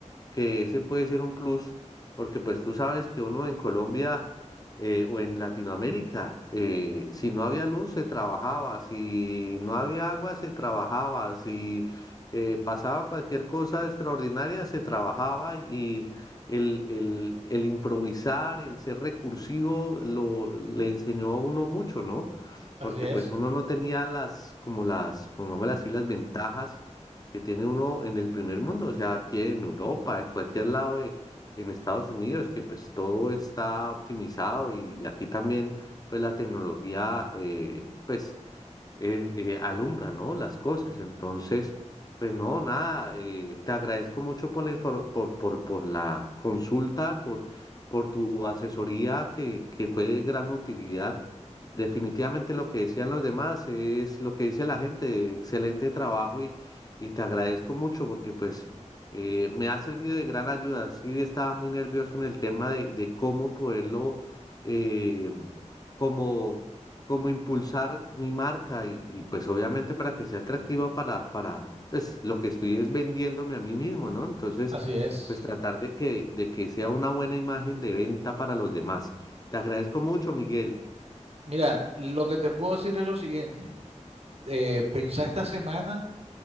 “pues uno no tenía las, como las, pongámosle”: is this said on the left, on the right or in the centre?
Left